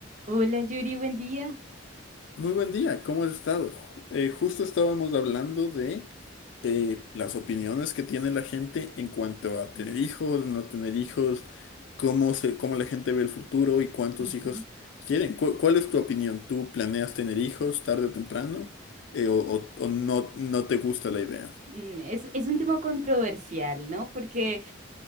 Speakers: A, on the right; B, on the left.
A: Hola Yuri, buen día.
B: Muy buen día, ¿cómo has estado? Ju- eh, justo estábamos hablando de eh, las opiniones que tiene la gente en cuanto a tener hijos, no tener hijos, cómo se, cómo la gente ve el futuro y cuántos
A: Ujú.
B: hijos quieren. ¿Cu- cuál es tu opinión? ¿Tú planeas tener hijos tarde o temprano? Eh, o, o- o no, no te gusta la idea?
A: Mm, Es, es un tema controversial, ¿no? Porque